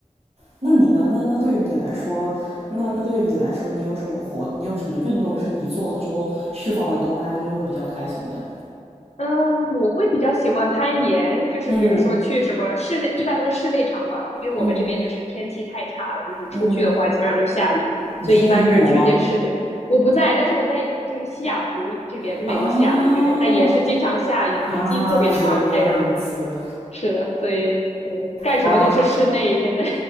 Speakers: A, on the right; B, on the left.
A: 那你呢？那那对于你来说，那那对于你来说，你有什么活？你有什么运动是你做了之后释放完多巴胺就会比较开心的？
B: 嗯，我会比较喜欢攀岩，就是比如说去什么室内，
A: 嗯
B: 一般都是室内场馆哦，因为我们这边就是天气太差了，
A: 嗯。
B: 就是出去的话基本上就是下雨，
A: 嗯，你是在英国吗？
B: 所以一般就是去一些室内。我不在，但是我在就是西雅图这边，就美国西雅图这边，
A: 啊
B: 但也是经常下雨，雨季特别长这样。
A: 啊，原来如此。
B: 是的，所以对，干什么都是室内现在，
A: 哎，